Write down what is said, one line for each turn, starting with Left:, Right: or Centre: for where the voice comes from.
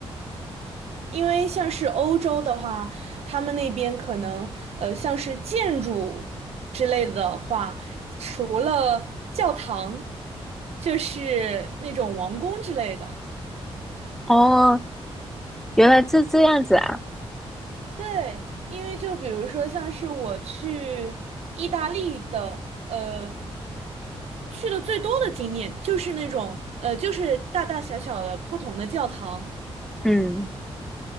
Right: 因为像是欧洲的话，他们那边可能呃，像是建筑之类的话，除了教堂，就是那种王宫之类的。
Centre: 哦，原来是这样子啊，
Right: 对，因为就比如说像是我去意大利的，呃，去的最多的景点就是那种呃，就是大大小小的不同的教堂。
Centre: 嗯，